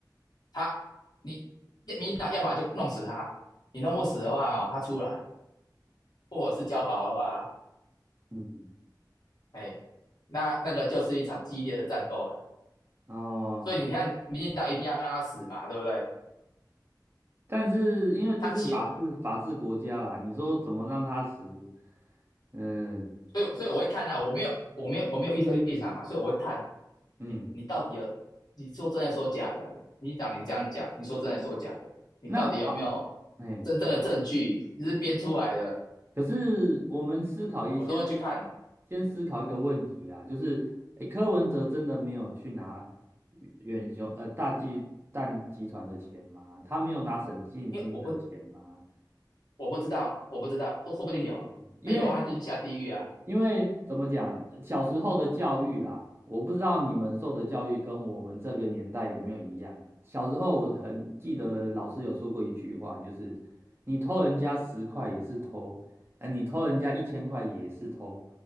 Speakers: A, on the left (about 60°); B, on the right (about 30°).
A: 他，你民进党要么就弄死他，你弄不死的话哦，他出来，或者是交保的话，
B: 嗯，
A: 哎，那那个就是一场激烈的战斗了。
B: 哦，
A: 所以你看，民进党一定要让他死嘛，对不对？
B: 但是因为这是法治法治国家啦，
A: 他起
B: 你说怎么让他死？嗯
A: 所以所以我会看啊，我没有我没有我没有预设立场啊，所以我会看
B: 嗯，
A: 你你到底有你说真的说假的，你讲你这样讲，你说真的说假的，你到底有没有
B: 那好，哎。
A: 真正的证据，你是编出来的，
B: 可是我们思考一先
A: 我都会去看，
B: 先思考一个问题啊，就是，诶，柯文哲真的没有去拿远雄呃大巨蛋集团的钱吗？他没有拿沈进金的钱吗？
A: 因为我不我不知道，我不知道，说说不定有，
B: 因为
A: 他有啊，他就去下地狱啊，
B: 因为怎么讲，小时候的教育啦，我不知道你们受的教育跟我们这个年代有没有一样。小时候我很记得老师有说过一句话，就是你偷人家十块也是偷，啊，你偷人家一千块也是偷。